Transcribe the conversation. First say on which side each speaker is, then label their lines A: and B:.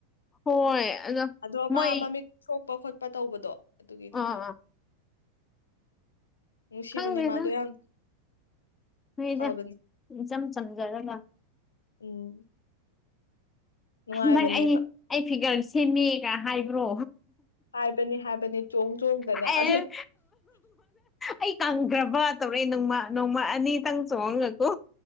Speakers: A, on the left; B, on the left.
A: ꯍꯣꯏ
B: ꯑꯗꯣ
A: ꯃꯣꯏ
B: ꯃꯥ ꯃꯃꯤꯠ ꯁꯣꯛꯄ ꯈꯣꯠꯄ ꯇꯧꯕꯗꯣ ꯑꯗꯨꯒꯤꯅꯤꯗ
A: ꯑꯥ
B: ꯅꯨꯡꯁꯤꯕꯅꯦ
A: ꯈꯪꯗꯦꯗ
B: ꯃꯥꯗꯣ ꯌꯥꯝ
A: ꯅꯣꯏꯗ
B: ꯐꯕꯅꯦ꯫
A: ꯏꯆꯝ ꯆꯝꯖꯔꯒ
B: ꯎꯝ ꯅꯨꯡꯉꯥꯏꯕꯅꯦꯕ
A: ꯍꯟꯗꯛ ꯑꯩ ꯑꯩ ꯐꯤꯒꯔ ꯁꯦꯝꯃꯦꯒ ꯍꯥꯏꯕ꯭ꯔꯣ?
B: ꯍꯥꯏꯕꯅꯤ ꯍꯥꯏꯕꯅꯤ ꯆꯣꯡ ꯆꯣꯡꯗꯅ
A: ꯑꯦ
B: ꯑꯗꯨ
A: ꯑꯩ ꯀꯪꯈ꯭ꯔꯕ ꯇꯧꯔꯛꯑꯦ ꯅꯣꯡꯃ ꯅꯣꯡꯃ ꯑꯅꯤꯇꯪ ꯆꯣꯡꯉꯒꯀꯣ